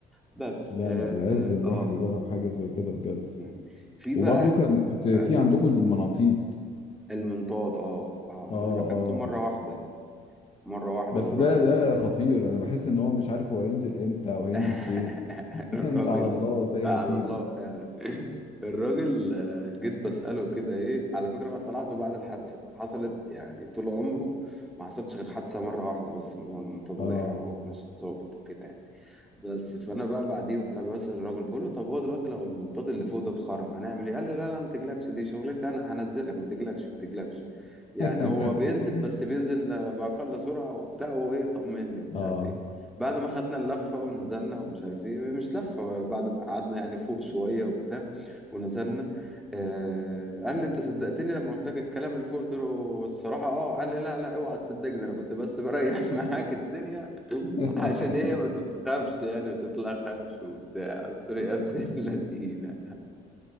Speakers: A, in the centre; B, on the left (about 35°).
A: بس
B: لا
A: اه
B: لا لازم
A: اه
B: الواحد
A: آه.
B: يجرب حاجة زي كده بجد
A: مم. في
B: وبرضو
A: بقى
B: كان كنت
A: آه،
B: في
A: اتفضل
B: عندكم المناطيد
A: المنطاد اه اه
B: اه
A: انا ركبته
B: اه
A: مره واحده مره واحده
B: بس
A: والراجل
B: ده ده خطير انا بحس ان هو مش عارف هو هينزل امتى او هينزل
A: <laughs>
B: فين <laughs>
A: الراجل
B: انت على الله زي
A: آه،
B: ما
A: على
B: تيجي
A: الله فعلا الراجل آه، جيت بسأله كده ايه على فكرة انا طلعته بعد الحادثة حصلت يعني طول عمره ما حصلتش غير حادثة مرة واحدة بس ان هو المنطاد
B: اه
A: وقع وناس اتصابت وكده يعني بس فانا بقى بعديه وبتاع بسأل الراجل بقول له طب هو دلوقتي لو المنطاد اللي فوق ده اتخرم هنعمل ايه؟ قال لي لا لا ما تقلقش دي شغلتي انا هنزلك ما تقلقش ما تقلقش يعني
B: <laughs>
A: هو بينزل بس بينزل آه، بأقل سرعة وبتاع وايه طمني ومش
B: اه
A: عارف ايه بعد ما خدنا اللفة ونزلنا ومش عارف ايه مش لفة بعد ما قعدنا يعني فوق شوية وبتاع ونزلنا آه قال لي انت صدقتني لما قلت لك الكلام اللي فوق قلت له الصراحة اه قال لي لا لا اوعى تصدقني انا كنت بس بريح <laughs> معاك الدنيا
B: <laughs>
A: عشان ايه ما تتخافش يعني ما تتلخفش وبتاع قلت له يا ابن اللذينة